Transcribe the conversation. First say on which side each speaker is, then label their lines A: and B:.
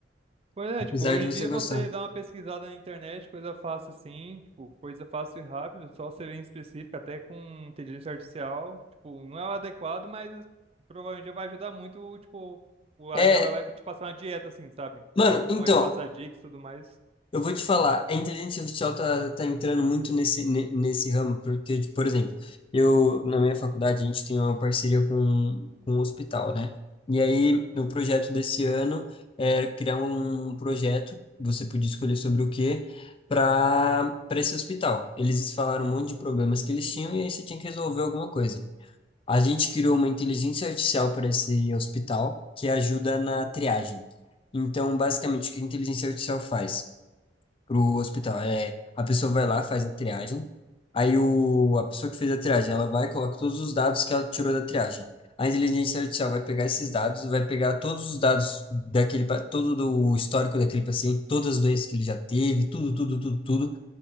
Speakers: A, on the right; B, on the left.
A: Pois é,
B: Apesar
A: tipo, hoje
B: de você
A: em dia
B: gostar.
A: você dá uma pesquisada na internet, coisa fácil assim, tipo, coisa fácil e rápido, só ser bem específica, até com inteligência artificial, tipo, não é o adequado, mas provavelmente já vai ajudar muito, tipo, o
B: É,
A: a IA vai vai te passar uma dieta assim, sabe?
B: mano,
A: Então
B: então.
A: vai te passar dicas e tudo mais,
B: Eu vou te falar, a inteligência artificial tá, tá entrando muito nesse, ne- nesse ramo, porque, tipo, por exemplo, eu, na minha faculdade, a gente tem uma parceria com, com um hospital, né? E aí, no projeto desse ano, é criar um projeto, você podia escolher sobre o quê, para para esse hospital. Eles falaram um monte de problemas que eles tinham e aí você tinha que resolver alguma coisa. A gente criou uma inteligência artificial para esse hospital que ajuda na triagem. Então, basicamente, o que a inteligência artificial faz? pro hospital. É, a pessoa vai lá, faz a triagem. Aí o, a pessoa que fez a triagem, ela vai e coloca todos os dados que ela tirou da triagem. A inteligência artificial vai pegar esses dados, vai pegar todos os dados daquele, pa- todo do histórico daquele paciente, todas as doenças que ele já teve, tudo, tudo, tudo, tudo,